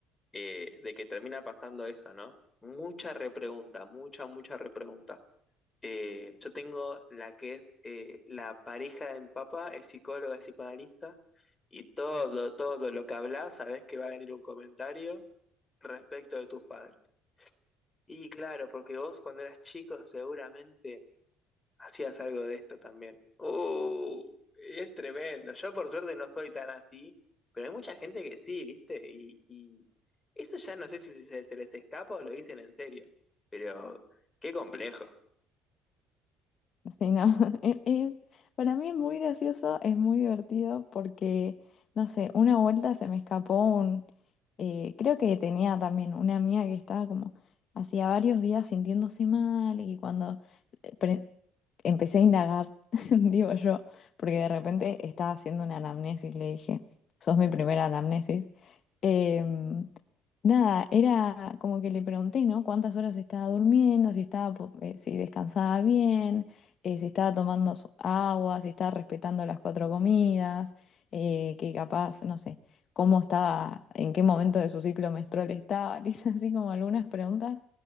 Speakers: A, on the left (about 15°); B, on the left (about 40°).
A: eh, de que termina pasando eso, ¿no? Mucha repregunta, mucha, mucha repregunta. Eh, yo tengo la que es eh, la pareja de mi papá, es psicóloga, es psicoanalista, y todo, todo lo que hablas, sabes que va a venir un comentario respecto de tus padres. Y claro, porque vos cuando eras chico seguramente hacías algo de esto también. Uh, es tremendo. Yo por suerte no soy tan así, pero hay mucha gente que sí, ¿viste? Y, y eso ya no sé si se, se les escapa o lo dicen en serio, pero qué complejo.
B: Sí, no, <laughs> es, es- para mí es muy gracioso, es muy divertido porque, no sé, una vuelta se me escapó un, eh, creo que tenía también una amiga que estaba como hacía varios días sintiéndose mal y cuando eh, pre- empecé a indagar, <laughs> digo yo, porque de repente estaba haciendo una anamnesis, le dije, sos mi primera anamnesis. Em, nada, era como que le pregunté, ¿no? ¿Cuántas horas estaba durmiendo? Si estaba, po- eh, si descansaba bien eh, si estaba tomando su agua, si estaba respetando las cuatro comidas, eh, que capaz, no sé, cómo estaba, en qué momento de su ciclo menstrual estaba, <laughs> le hice así como algunas preguntas